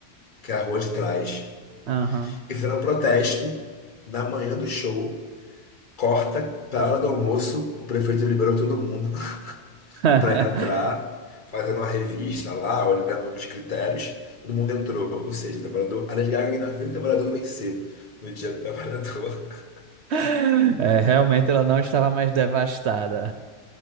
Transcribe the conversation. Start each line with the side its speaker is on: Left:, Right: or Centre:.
Left: que é a rua de trás,
Right: Aham.
Left: e fizeram um protesto na manhã do show. Corta, para a hora do almoço, o prefeito liberou todo mundo.
Right: <laughs>
Left: para entrar, fazendo uma revista lá, olhando os critérios, todo mundo entrou. Ou seja, o trabalhador, a Lady Gaga ainda viu o trabalhador vencer no dia do trabalhador. <laughs>
Right: <laughs> É, realmente ela não estava mais devastada.